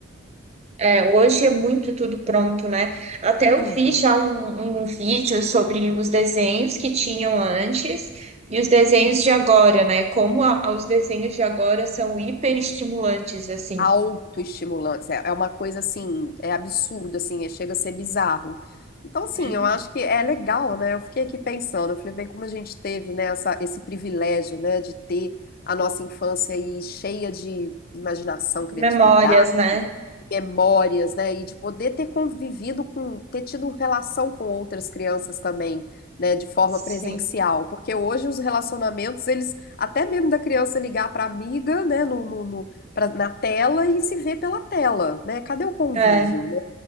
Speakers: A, on the right; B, on the left.
A: É, hoje é muito tudo pronto, né? Até eu
B: Tudo.
A: fiz já um, um vídeo sobre os desenhos que tinham antes e os desenhos de agora, né? Como a- os desenhos de agora são hiperestimulantes, assim.
B: autoestimulantes. É é uma coisa assim, é absurdo, assim, é- chega a ser bizarro. Então, assim,
A: Uhum.
B: eu acho que é legal, né? Eu fiquei aqui pensando, eu falei, bem, como a gente teve, né, essa, esse privilégio, né, de ter a nossa infância aí cheia de imaginação, criatividade
A: Memórias, né?
B: memórias, né? E de poder ter convivido com, ter tido relação com outras crianças também, né? De forma
A: Sim,
B: presencial, porque hoje os relacionamentos, eles, até mesmo da criança ligar para amiga, né? No, no, no- pra- na tela e se ver pela tela, né? Cadê o convívio,
A: é,
B: né?